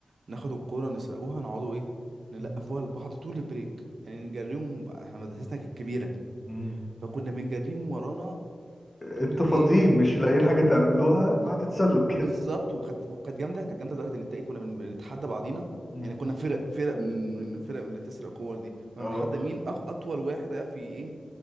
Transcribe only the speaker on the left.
مم.
مم.
انتوا
فاضيين
مش
لاقيين حاجة تعملوها فهتتسلوا كده
مم.
اه